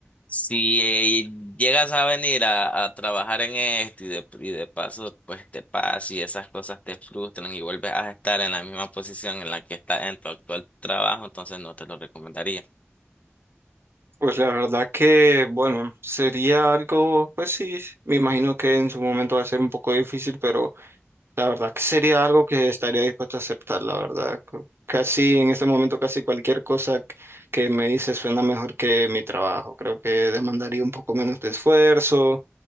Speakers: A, on the left (about 30°); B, on the right (about 60°).
A: si eh, llegas a venir a, a trabajar en esto y de, y de paso, pues te pasa y esas cosas te frustran y vuelves a estar en la misma posición en la que estás en tu actual trabajo, entonces no te lo recomendaría.
B: Pues la verdad que, bueno, sería algo, pues sí, me imagino que en su momento va a ser un poco difícil, pero... La verdad que sería algo que estaría dispuesto a aceptar, la verdad. Co- Casi en este momento, casi cualquier cosa c- que me dice suena mejor que mi trabajo. Creo que demandaría un poco menos de esfuerzo.